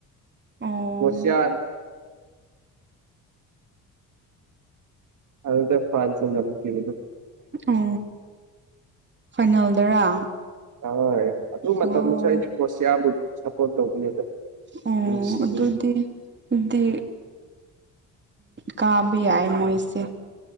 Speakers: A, on the right; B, on the right.
A: ꯑꯣ
B: ꯃꯁꯤꯌꯥ ꯑꯗꯨꯗ ꯐ꯭ꯔꯥꯟꯁꯝ ꯀꯗ
A: ꯎ ꯐꯥꯏꯅꯦꯜꯗꯔꯥ
B: ꯍꯣꯏ ꯑꯗꯨ ꯃꯇꯝꯗꯨꯁꯨ
A: ꯑꯣ
B: ꯑꯩꯁꯦ ꯀꯣꯁꯤꯌꯥꯕꯨꯗꯤ ꯁꯞꯄꯣꯔꯠ ꯇꯧꯕꯅꯦꯗ
A: ꯑꯣ
B: ꯅꯨꯡꯁꯤꯕꯗꯣ
A: ꯑꯗꯨꯗꯤ ꯑꯗꯨꯗꯤ ꯀꯥ ꯇꯏ ꯃꯔꯤꯁ